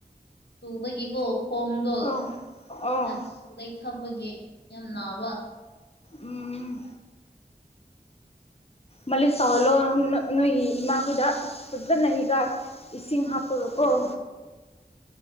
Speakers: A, on the left; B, on the left.
A: ꯇꯨꯕꯒꯤꯀꯣ ꯈꯣꯡꯗꯣ
B: ꯑꯣ ꯑꯣ
A: ꯑꯁ ꯂꯩꯊꯕꯒꯤ ꯌꯥꯝ ꯅꯥꯕ
B: ꯎꯝ ꯃꯥꯂꯤꯁ ꯇꯧꯍꯜꯂꯣ ꯅꯣ ꯅꯣꯏꯒꯤ ꯏꯃꯥꯈꯣꯏꯗ ꯐꯖꯟꯅ ꯍꯤꯗꯥꯛ ꯏꯁꯤꯡ ꯍꯥꯞꯄꯒꯀꯣ ꯀ‌ꯣ
A: <inaudible>